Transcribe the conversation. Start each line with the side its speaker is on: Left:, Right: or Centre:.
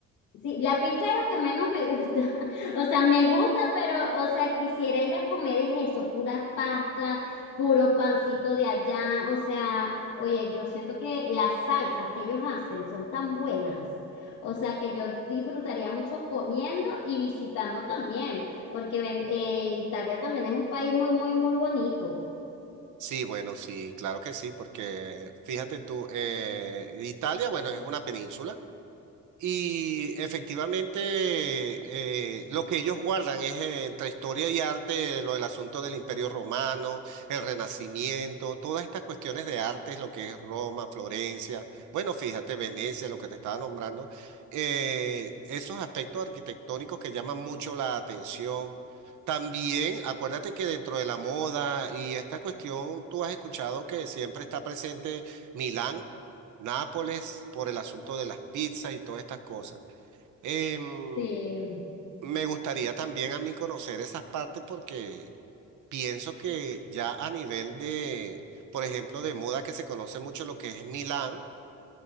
Left: sí, la pizza es lo que menos me gusta. <laughs> O sea, me gusta, pero, o sea, quisiera ir a comer es eso, pura pasta, puro pancito de allá. O sea, oye, yo siento que las salsas que ellos hacen son tan buenas. O sea, que yo disfrutaría mucho comiendo y visitando también, porque ven- eh, Italia también es un país muy, muy, muy bonito.
Right: Sí, bueno, sí, claro que sí, porque fíjate tú, eh, Italia, bueno, es una península. Y efectivamente, eh, lo que ellos guardan es eh, entre historia y arte lo del asunto del Imperio Romano, el Renacimiento, todas estas cuestiones de arte, lo que es Roma, Florencia, bueno, fíjate, Venecia, lo que te estaba nombrando, eh, esos aspectos arquitectónicos que llaman mucho la atención. También, acuérdate que dentro de la moda y esta cuestión, tú has escuchado que siempre está presente Milán. Nápoles por el asunto de las pizzas y todas estas cosas. Em,
Left: Sí.
Right: me gustaría también a mí conocer esas partes porque pienso que ya a nivel de, por ejemplo, de moda que se conoce mucho lo que es Milán,